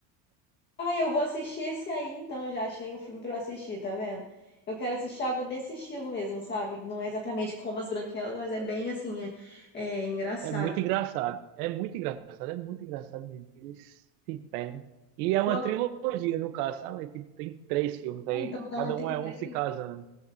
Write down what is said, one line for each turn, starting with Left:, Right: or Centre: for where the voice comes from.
Left: Ah, eu vou assistir esse aí então, já achei um filme pra eu assistir, tá vendo? Eu quero assistir algo nesse estilo mesmo, sabe? Não é exatamente como As Branquelas, mas é bem assim, é, é engraçado.
Right: É muito engraçado. É muito engraçado, é muito engraçado mesmo. Eles se perdem. E é uma
Left: Pronto,
Right: trilogia, no caso, sabe? Aí, Tipo, tem três filmes
Left: ah,
Right: aí,
Left: então, então
Right: cada
Left: tem
Right: um é
Left: três.
Right: um se casando.